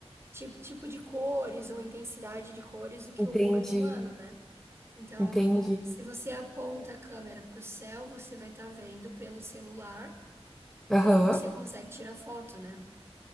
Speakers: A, on the right; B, in the centre.
A: tipo, tipo de cores ou intensidade de cores do que
B: Entendi.
A: o olho humano, né? Então,
B: Entendi.
A: se você aponta a câmera para o céu, você vai estar vendo pelo celular
B: Aham.
A: ou você consegue tirar foto, né?